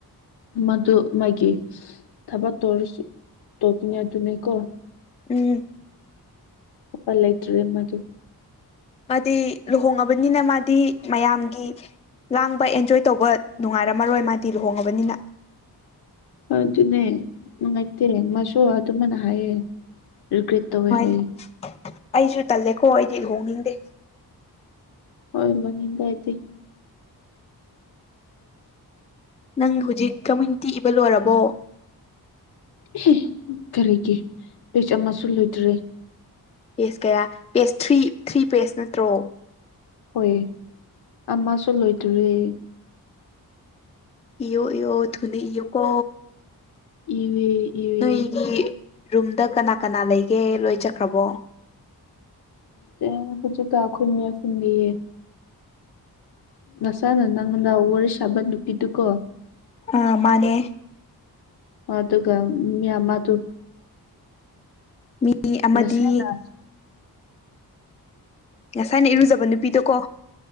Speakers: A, on the left; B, on the left.
A: ꯃꯗꯣ ꯃꯥꯒꯤ ꯊꯕꯛ ꯇꯧꯔꯁꯨ ꯇꯧꯈꯤꯅꯦ ꯑꯗꯨꯅꯤꯀꯣ
B: ꯎꯝ
A: ꯄꯜ ꯂꯩꯇ꯭ꯔꯦ ꯃꯗꯣ
B: ꯃꯥꯗꯤ ꯂꯨꯍꯣꯡꯉꯕꯅꯤꯅ ꯃꯥꯗꯤ ꯃꯌꯥꯝꯒꯤ ꯂꯥꯡꯕ ꯑꯦꯟꯖꯣꯏ ꯇꯧꯕ ꯅꯨꯡꯉꯥꯏꯔꯝꯃꯔꯣꯏ ꯃꯥꯗꯤ ꯂꯨꯍꯣꯡꯉꯕꯅꯤꯅ
A: ꯑꯗꯨꯅꯦ ꯅꯨꯡꯉꯥꯏꯇꯦ ꯃꯁꯨ ꯑꯗꯨꯃꯥꯏꯅ ꯍꯥꯏꯌꯦ ꯔꯤꯒ꯭ꯔꯦꯠ ꯇꯧꯋꯦ
B: ꯥꯋꯥꯏ
A: ꯍꯥꯏꯌꯦ
B: ꯑꯩꯁꯨ ꯇꯜꯂꯦꯀꯣ ꯑꯩꯗꯤ ꯂꯨꯍꯣꯡꯅꯤꯡꯗꯦ
A: ꯍꯣꯏ ꯂꯨꯍꯣꯡꯅꯤꯡꯗꯦ ꯑꯩꯗꯤ
B: ꯅꯪ ꯍꯧꯖꯤꯛ ꯀꯃꯨꯅꯤꯇꯤ ꯏꯕ ꯂꯣꯏꯔꯕꯣ
A: ꯍꯦ ꯀꯔꯤꯒꯤ ꯑꯩ ꯑꯃꯁꯨ ꯂꯣꯏꯗ꯭ꯔꯤ
B: ꯄꯦꯁ ꯀꯌꯥ ꯄꯦꯁ ꯊ꯭ꯔꯤ ꯊ꯭ꯔꯤ ꯄꯦꯁ ꯅꯠꯇ꯭ꯔꯣ
A: ꯍꯣꯏ ꯑꯃꯁꯨ ꯂꯣꯏꯗ꯭ꯔꯤꯌꯦ
B: ꯏꯌꯣ ꯏꯌꯣ ꯊꯨꯅ ꯏꯑꯣꯀꯣ
A: ꯏꯌꯦ ꯏꯌꯦ
B: ꯅꯣꯏꯒꯤ ꯔꯨꯝꯗ ꯀꯅꯥ ꯀꯅꯥ ꯂꯩꯒꯦ ꯂꯣꯏ ꯆꯠꯈ꯭ꯔꯕꯣ
A: ꯆꯠꯇꯦ ꯍꯧꯖꯤꯛꯀ ꯑꯩꯈꯣꯏ ꯃꯌꯥꯝ ꯄꯨꯟꯕꯤꯌꯦ ꯉꯁꯥꯏꯅ ꯅꯉꯣꯟꯗ ꯋꯥꯔꯤ ꯁꯥꯕ ꯅꯨꯄꯤꯗꯨꯀꯣ
B: ꯑꯥ ꯃꯥꯅꯦ꯫
A: ꯑꯗꯨꯒ ꯃꯤ ꯑꯃꯗꯨ,
B: ꯃꯤ ꯑꯃꯗꯤ
A: ꯅꯁꯥꯏꯅ,
B: ꯉꯁꯥꯏꯅ ꯏꯔꯨꯖꯕ ꯅꯨꯄꯤꯗꯣ ꯀꯣ꯫